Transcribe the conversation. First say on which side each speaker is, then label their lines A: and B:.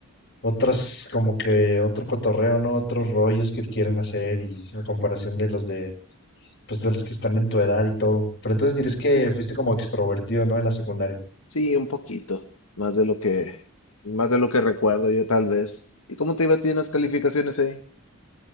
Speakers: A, on the left; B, on the left.
A: otras como que otro cotorreo, ¿no? Otros rollos que quieren hacer y a comparación de los de, pues de los que están en tu edad y todo. Pero entonces dirías que fuiste como extrovertido, ¿no? En la secundaria.
B: Sí, un poquito, más de lo que, más de lo que recuerdo yo tal vez. ¿Y cómo te iba a ti en las calificaciones ahí?